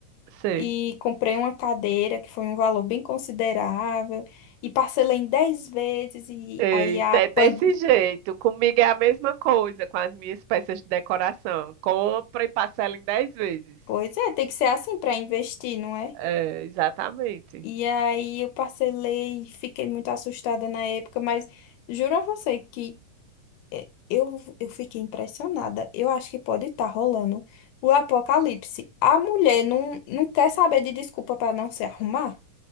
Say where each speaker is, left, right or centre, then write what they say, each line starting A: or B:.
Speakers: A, on the right; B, on the left.
A: Sei.
B: E comprei uma cadeira que foi um valor bem considerável e parcelei em 10 vezes e
A: Eita,
B: aí a
A: é
B: pan...
A: desse jeito. Comigo é a mesma coisa com as minhas peças de decoração. Compra e parcela em 10 vezes.
B: Pois é, tem que ser assim para investir, não é?
A: É, exatamente.
B: E aí eu parcelei, fiquei muito assustada na época, mas juro a você que eh, eu, eu fiquei impressionada. Eu acho que pode estar rolando o apocalipse. A mulher não, não quer saber de desculpa para não se arrumar?